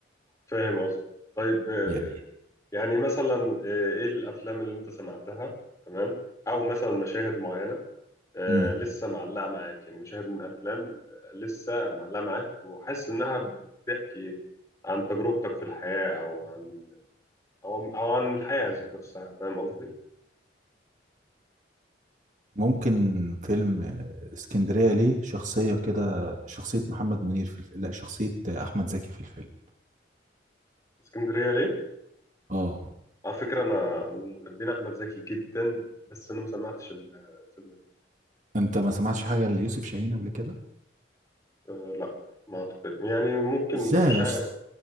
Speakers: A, on the left; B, on the right.
A: فاهم قصدي طيب آه،
B: يعني
A: يعني مثلا آه، إيه الأفلام اللي أنت سمعتها تمام أو مثلا مشاهد معينة آه،
B: مم.
A: لسه معلقة معاك يعني مشاهد من أفلام آه، لسه معلقة معاك وحاسس إنها بتحكي عن تجربتك في الحياة أو عن او او عن الحياه ذات نفسها فاهم قصدي
B: ممكن فيلم آه، اسكندريه ليه شخصيه كده شخصيه محمد منير في الفيلم لا شخصيه آه، احمد زكي في الفيلم
A: اسكندريه ليه
B: اه
A: على فكره انا انا من محبين احمد زكي جدا بس انا ما سمعتش ال- الفيلم ده.
B: انت ما سمعتش حاجه ليوسف شاهين قبل كده
A: أه لا ما اعتقد يعني ممكن
B: ازاي
A: بس مش
B: يا
A: عارف
B: اسطى